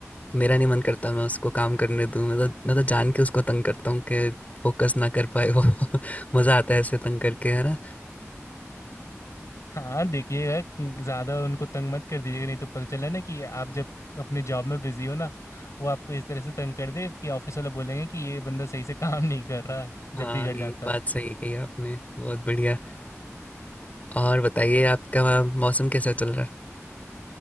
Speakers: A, on the left (about 30°); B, on the left (about 75°).
A: मेरा नहीं मन करता मैं उसको काम करने दूँ मैं तो मैं तो जान के उसको तंग करता हूँ कि फोकस ना कर पाए वो <laughs> मज़ा आता है ऐसे तंग करके है ना
B: हाँ देखिएगा ज़्यादा उनको तंग मत कर दीजिएगा नहीं तो पता चला ना कि आप जब अपने जॉब में बिजी हो ना वो आपको इस तरह से तंग कर दे कि ऑफिस वाले बोलेंगे कि ये बंदा सही से काम नहीं कर रहा है जब
A: हाँ
B: भी घर
A: ये
B: जाता
A: बात
B: है
A: सही कही आपने बहुत बढ़िया और बताइए आपका वहाँ मौसम कैसा चल रहा है